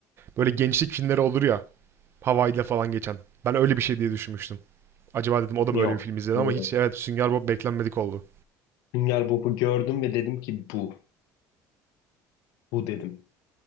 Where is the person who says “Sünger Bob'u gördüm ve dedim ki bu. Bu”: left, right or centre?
Left